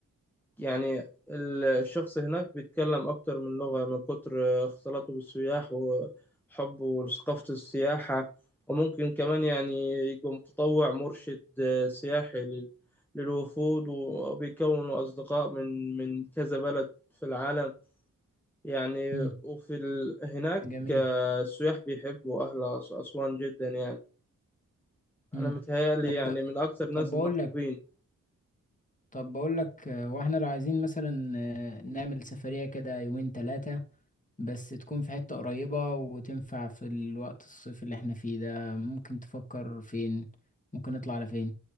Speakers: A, in the centre; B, on the left.
A: يعني الشخص هناك بيتكلم أكتر من لغة من كتر اختلاطه بالسياح وحبه لثقافة السياحة وممكن كمان يعني يبقى متطوع مرشد آه، سياحي لل- للوفود وبيكونوا أصدقاء من من كذا بلد في العالم يعني
B: مم.
A: وفي ال... هناك
B: جميل
A: آه، السياح بيحبوا أهل أس- أسوان جدا يعني
B: مم.
A: أنا متهيألي
B: طب
A: يعني من أكتر الناس
B: طب بقول
A: المحبوبين
B: لك طب بقول لك آه، واحنا لو عايزين مثلا آه، نعمل سفرية كده يومين ثلاثة بس تكون في حتة قريبة وتنفع في الوقت الصيف اللي احنا فيه ده ممكن تفكر فين ممكن نطلع على فين